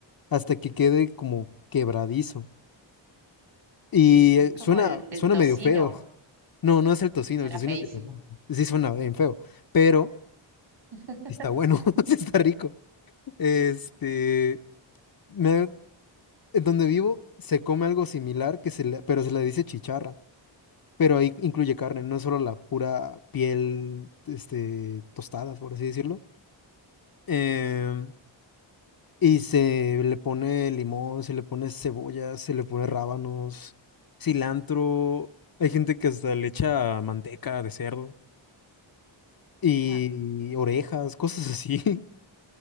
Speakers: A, on the left; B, on the right.
A: hasta que quede como quebradizo. Y
B: es
A: eh,
B: como
A: suena,
B: el, el
A: suena
B: tocino,
A: medio feo. <laughs> No, no es el tocino,
B: suena
A: el tocino
B: feísimo.
A: es diferente. Sí suena bien feo, pero
B: <laughs>
A: sí está bueno, <laughs> sí está rico. Este, me- en donde vivo se come algo similar, que se le- pero se le dice chicharra. Pero ahí incluye carne, no es solo la pura piel, este, tostada, por así decirlo. Em, Y se le pone limón, se le pone cebolla, se le pone rábanos, cilantro. Hay gente que hasta le echa manteca de cerdo y
B: Ah,
A: orejas, cosas así. <laughs>